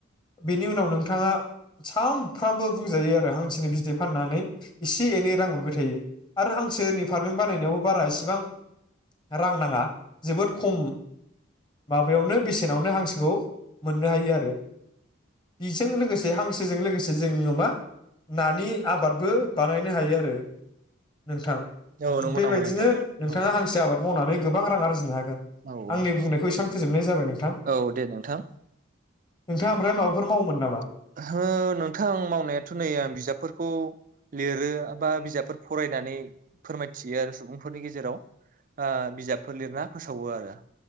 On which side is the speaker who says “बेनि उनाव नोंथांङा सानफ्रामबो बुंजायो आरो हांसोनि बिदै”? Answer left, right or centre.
Left